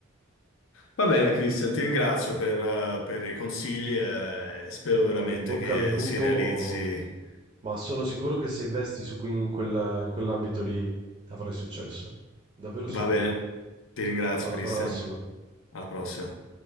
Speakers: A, on the left (about 80°); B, on the right (about 30°).
A: Va bene, Christian, ti ringrazio per, eh, per i consigli e spero
B: Non
A: veramente
B: voglio, in bocca
A: che
B: al lupo,
A: si realizzi.
B: ma sono sicuro che se investi su in quella- in quell'ambito lì avrai successo. Davvero sicuro.
A: Va bene, ti ringrazio,
B: Alla
A: Christian.
B: prossima.
A: Alla prossima.